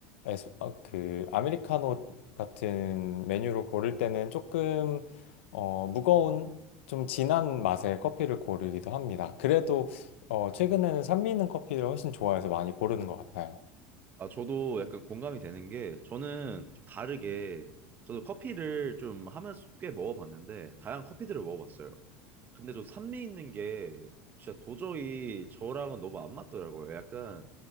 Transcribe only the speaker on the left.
에스, 어, 그 아메리카노 같은 메뉴로 고를 때는 조금 어, 무거운 좀 진한 맛의 커피를 고르기도 합니다. 그래도 어, 최근에는 산미 있는 커피를 훨씬 좋아해서 많이 고르는 것 같아요.